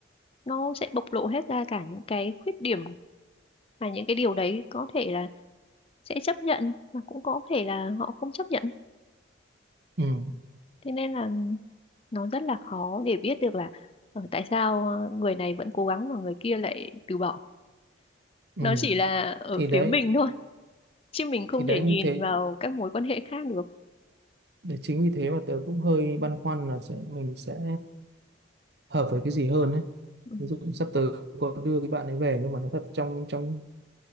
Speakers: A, on the left (about 30°); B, on the right (about 60°).
A: nó sẽ bộc lộ hết ra cả những cái khuyết điểm mà những cái điều đấy có thể là sẽ chấp nhận mà cũng có thể là họ không chấp nhận
B: ừ,
A: thế nên là nó rất là khó để biết được là ờ, tại sao ờ, người này vẫn cố gắng mà người kia lại từ bỏ
B: ừ.
A: nó chỉ là ở
B: thì đấy
A: phía mình thôi chứ mình không
B: thì đấy
A: thể nhìn
B: như thế
A: vào các mối quan hệ khác được
B: để chính vì thế mà tớ cũng hơi băn khoăn là sẽ mình sẽ hợp với cái gì hơn ấy
A: ừ.
B: ví dụ sắp tới có đưa cái bạn ấy về nhưng mà nó thật trong trong